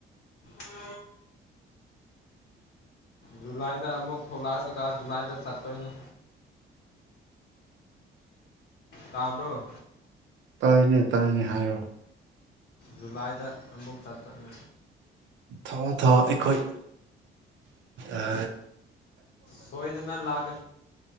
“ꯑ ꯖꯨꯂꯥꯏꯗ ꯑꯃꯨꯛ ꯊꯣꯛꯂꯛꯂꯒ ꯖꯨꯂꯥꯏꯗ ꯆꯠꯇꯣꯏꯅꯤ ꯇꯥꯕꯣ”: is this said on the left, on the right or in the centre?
Left